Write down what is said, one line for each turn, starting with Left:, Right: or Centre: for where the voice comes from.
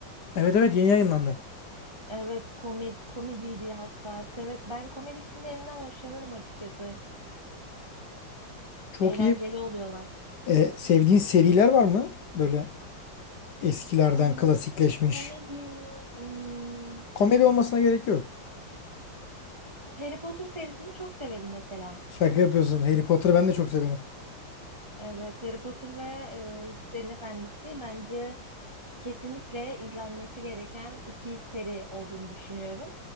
Left: Evet evet yeni yayınlandı.
Right: Evet komedi komediydi hatta. Evet ben komedi filmlerinden hoşlanırım açıkçası.
Left: Çok
Right: Eğlenceli
Left: iyi.
Right: oluyorlar.
Left: Ee, sevdiğin seriler var mı? Böyle eskilerden
Right: Kom
Left: klasikleşmiş.
Right: komedi hmm,
Left: Komedi olmasına gerek yok.
Right: Harry Potter serisini çok severim mesela.
Left: Şaka yapıyorsun. Harry Potter'ı ben de çok severim.
Right: Evet Harry Potter ve e, Yüzüklerin Efendisi bence kesinlikle izlenmesi gereken iki seri olduğunu düşünüyorum.